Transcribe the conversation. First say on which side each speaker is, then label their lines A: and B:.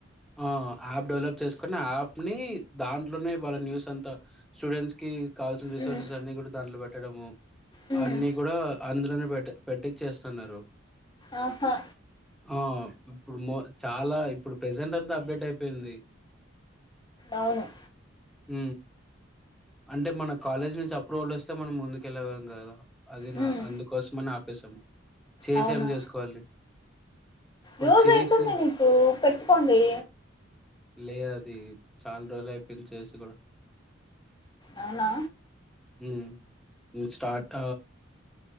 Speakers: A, in the centre; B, on the left (about 20°).
A: ఆ యాప్ డెవలప్ చేసుకుని ఆ యాప్ ని దాంట్లోనే వాళ్ళ న్యూస్ అంతా స్టూడెంట్స్ కావాల్సిన రిసోర్సెస్
B: మ్మ్.
A: అన్ని కూడా దాంట్లో పెట్ పెట్టడము
B: మ్మ్.
A: అన్ని కూడా అందులోనే పెట్ పెట్టి చేస్తున్నారు
B: ఆహా
A: ఆ ఇప్పుడు మో చాలా ఇప్పుడు ప్రజెంట్ అంతా అప్డేట్ అయిపోయింది
B: అవును
A: ఊ అంటే మన కాలేజ్ నుంచి అప్రూవల్ వస్తే మనం ముందుకెళ్ళం కదా అది నా
B: మ్మ్.
A: అందుకోసమని ఆపేశాము చేసేం
B: అవును
A: చేసుకోవాలి ఇప్పుడు
B: యూజ్
A: చేసి
B: అవుతుంది నీకు పెట్టుకోండి
A: లేదు అది చాలా రోజులు అయిపోయింది చేసి కూడా
B: అవునా
A: ఉ నువ్ స్టార్టప్